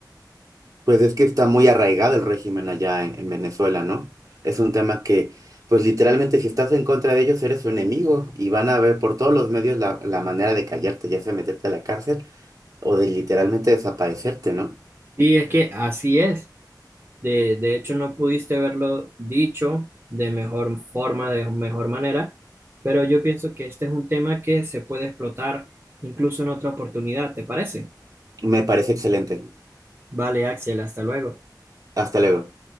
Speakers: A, on the right; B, on the right.
A: Pues es que está muy arraigado el régimen allá en, en Venezuela, ¿no? Es un tema que, pues literalmente si estás en contra de ellos eres su enemigo y van a ver por todos los medios la, la manera de callarte, ya sea meterte a la cárcel o de literalmente desaparecerte, ¿no?
B: Sí, es que así es. De, de hecho, no pudiste haberlo dicho de mejor forma, de mejor manera, pero yo pienso que este es un tema que se puede explotar incluso en otra oportunidad, ¿te parece?
A: Me parece excelente.
B: Vale, Axel, hasta luego.
A: Hasta luego.